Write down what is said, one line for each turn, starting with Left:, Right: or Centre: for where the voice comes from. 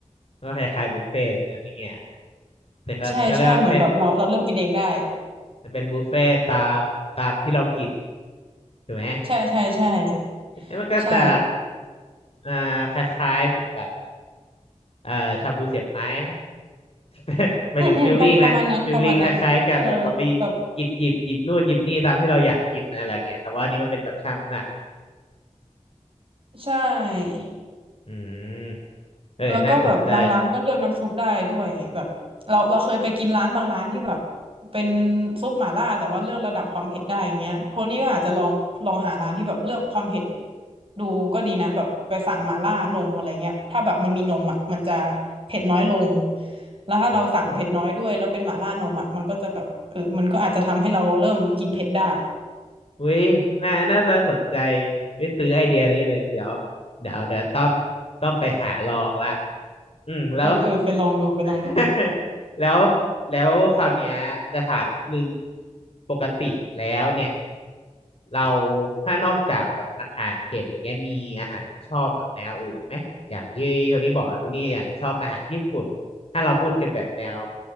Left: ก็คล้ายๆบุฟเฟ่ต์เหมือนกันนี่เงี้ยแต่ก็ก็เรียกว่าเป็น
Right: ใช่ใช่เหมือนแบบเราเราเลือกกินเองได้
Left: เป็นบุฟเฟ่ต์ตามตามที่เรากินถูกไหม
Right: ใช่ใช่ใช่
Left: แล้วมันก็จะ
Right: ใช่
Left: อ่าคล้ายๆเหมือนแบบเอ่อชาบูเสียบไม้ไหม <laughs> หมายถึงฟิลลิ่งนะฟิลลิ่งคล้ายๆกันแบบเราไป
Right: อืมอืมประประมาณนั้นประมาณนั้นเออแบบ
Left: หยิบหยิบหยิบนู่นหยิบนี่ตามที่เราอยากกินอะไรเงี้ยแต่ว่าอันนี้มันเป็นแบบชั่งน้ำหนัก
Right: ใช่
Left: อืมเออน่าสนใจ
Right: แล้วก็แบบบางร้านก็เลือกน้ำซุปได้ด้วยแบบเราเราเคยไปกินร้านบางร้านที่แบบเป็นซุปหม่าล่าแต่ว่าเลือกระดับความเผ็ดได้อย่างเงี้ยโทนี่ก็อาจจะลองลองหาร้านที่แบบเลือกความเผ็ดดูก็ดีนะแบบไปสั่งหม่าล่านมอะไรเงี้ยถ้าแบบมันมีนมอ่ะมันจะเผ็ดน้อยลงแล้วถ้าเราสั่งเผ็ดน้อยด้วยแล้วเป็นหม่าล่านมอ่ะมันก็จะแบบเออมันก็อาจจะทำให้เราเริ่มกินเผ็ดได้
Left: โอ้โหเว้ยน่าน่าน่าสนใจไปซื้อไอเดียนี้เลยเดี๋ยวเดี๋ยวเดี๋ยวต้องต้องไปหาลองละอืมแล้ว
Right: เออเออไปลองดูไปลองดู
Left: <laughs> แล้วแล้วคราวเนี้ยจะถามนิดนึงปกติแล้วเนี่ยเราถ้านอกจากแบบอาหารเผ็ดอะไรเงี้ยมีอาหารที่ชอบแบบแนวอื่นไหมอย่างที่โทนี่บอกนะโทนี่อย่างชอบอาหารญี่ปุ่นถ้าเราพูดกันแบบแนว